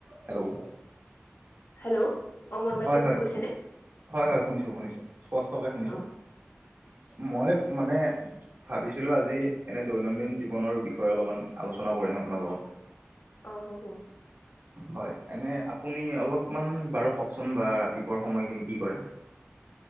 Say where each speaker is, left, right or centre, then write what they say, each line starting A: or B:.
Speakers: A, on the right; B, on the left.
A: হেল্ল'
B: হেল্ল' অ মোৰ মাতটো
A: হয় হয়
B: গৈছে নে?
A: হয় হয় শুনিছো শুনিছো, স্পষ্টকে শুনিছো।
B: অ
A: মই মানে- ভাবিছিলোঁ আজি এনে দৈনন্দিন জীৱনৰ বিষয়ে অলপমান আলোচনা কৰিম আপোনাৰ লগত।
B: অঁ হ'ব।
A: হয়, এনে আপুনি অলপমান বাৰু কওকচোন বা ৰাতিপুৱা সময়খিনি কি কৰে?